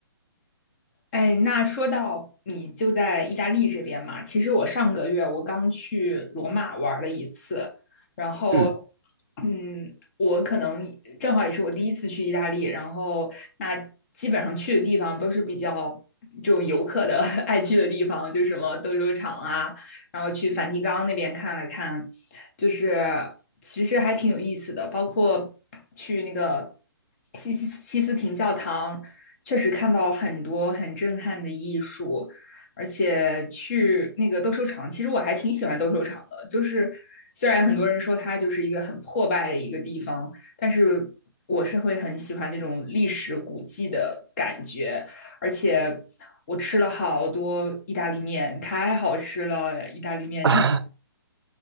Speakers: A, on the left; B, on the right.
A: 哎，那说到你就在意大利这边嘛，其实我上个月我刚去罗马玩了一次，然后，
B: 嗯。
A: 嗯，我可能正好也是我第一次去意大利，然后那基本上去的地方都是比较就游客的 <laughs> 爱去的地方，就什么斗兽场啊，然后去梵蒂冈那边看了看，就是其实还挺有意思的，包括去那个西西西斯廷教堂。确实看到很多很震撼的艺术，而且去那个斗兽场，其实我还挺喜欢斗兽场的。就是虽然很多人说它就是一个很破败的一个地方，但是我是会很喜欢那种历史古迹的感觉。而且我吃了好多意大利面，太好吃了，意大利面真的。
B: <laughs> 啊，